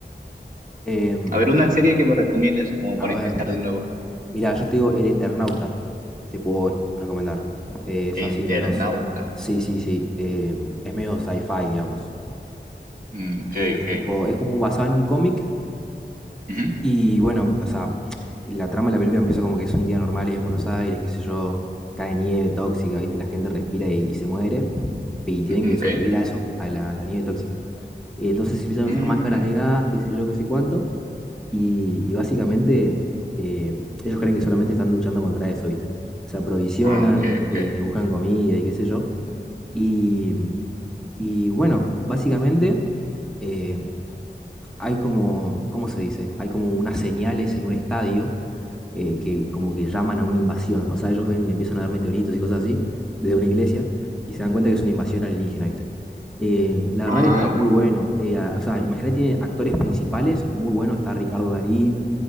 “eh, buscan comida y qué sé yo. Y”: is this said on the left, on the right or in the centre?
Centre